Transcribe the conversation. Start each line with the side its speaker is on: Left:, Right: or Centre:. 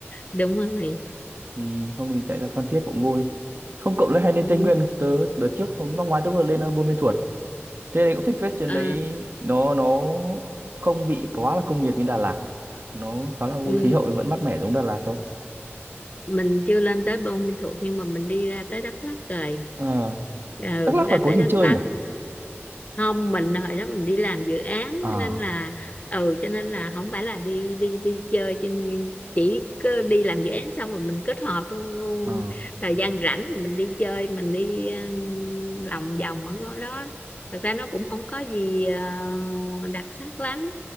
Left: đúng rồi
Right: thì hôm mình chạy ra Phan Thiết cũng vui không cậu lại hay lên
Left: ừ.
Right: Tây Nguyên không? tớ đợt trước hôm năm ngoái tớ vừa lên ờ, Buôn Ma Thuột thế này cũng thích phết trên
Left: À,
Right: đấy nó nó không bị quá là công nghiệp như Đà Lạt nó khá là vui
Left: ừ.
Right: khí hậu thì vẫn mát mẻ giống Đà Lạt thôi
Left: mình chưa lên tới Buôn Ma Thuột nhưng mà mình đi ra tới Đắk Lắk rồi
Right: Ờ,
Left: ừ,
Right: Đắk Lắk
Left: ra
Right: là có
Left: tới
Right: gì
Left: Đắk
Right: chơi
Left: Lắk
Right: nhỉ
Left: không mình hồi đó mình đi làm dự án
Right: à
Left: cho nên là ừ cho nên là không phải là đi đi đi chơi trên chỉ cứ đi làm dự án xong rồi mình kết hợp luôn, luôn
Right: ờ
Left: thời gian rảnh thì mình đi chơi mình đi ờ, lòng vòng ở ngôi đó thật ra nó cũng không có gì ờ, đặc sắc lắm